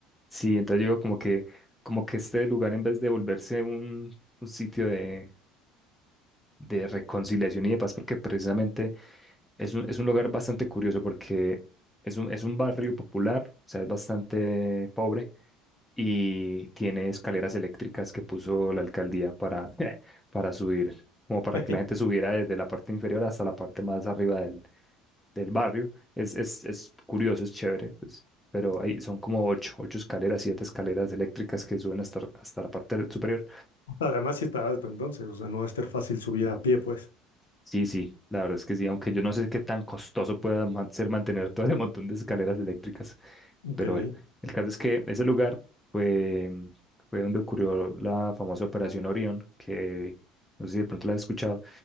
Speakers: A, in the centre; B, on the left.
A: Sí, entonces yo digo como que, como que este lugar en vez de volverse un, un sitio de, de reconciliación y de paz, porque precisamente es un, es un lugar bastante curioso porque es un, es un barrio popular, o sea, es bastante pobre y tiene escaleras eléctricas que puso la alcaldía para, <laughs> para subir, como para
B: <laughs>
A: que la gente subiera desde la parte inferior hasta la parte más arriba del barrio. Es, es, es curioso, es chévere, pues, pero ahí son como ocho, ocho escaleras, siete escaleras eléctricas que suben hasta, hasta la parte superior.
B: Además, sí está alto entonces, o sea, no va a estar fácil subir a pie, pues.
A: Sí, sí, la verdad es que sí, aunque yo no sé qué tan costoso pueda man- ser mantener todo ese montón de escaleras eléctricas,
B: Ok.
A: pero
B: Me
A: bueno, el caso es que ese lugar fue, fue donde ocurrió la famosa Operación Orión, que no sé si de pronto la has escuchado,